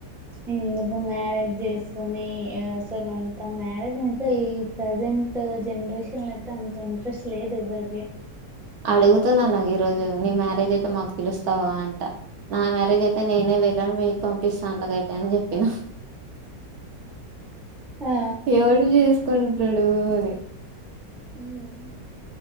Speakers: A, in the centre; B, on the right (about 65°).
A: ఎందుకు మ్యారేజ్ చేసుకొని అసలు అంత మ్యారేజ్ నె అయితె ఈ ప్రజెంట్ జనరేషన్లొ అయితె అంత ఇంట్రెస్ట్ లేదు ఎవ్వరిది.
B: అడుగుతున్నా నాకు ఈ రోజు నీ మ్యారేజ్ అయితె మాకు పిలుస్తావా అంట నా మ్యారేజ్ అయితే నేనె వెర్ రన్ మీక్ పంపిస్తా అంతగా ఐతే అని చెప్ ఇనహ్
A: ఆ
B: ఎవడు చేస్ కుంటాడు అని
A: హ్మ్మ్